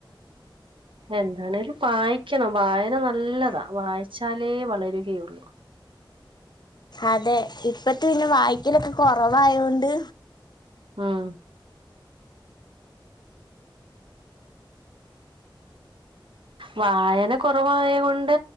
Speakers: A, on the right; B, on the left.
A: എന്താണേലും വായിക്കണം വായന നല്ലതാ വായിച്ചാലേ വളരു കേയുള്ളൂ
B: അതെ ഇ ഇപ്പളത്തെ പിന്നെ വായിക്കലൊക്കെ കൊറവായൊണ്ട്
A: ഉം വായന കുറവായ കൊണ്ട്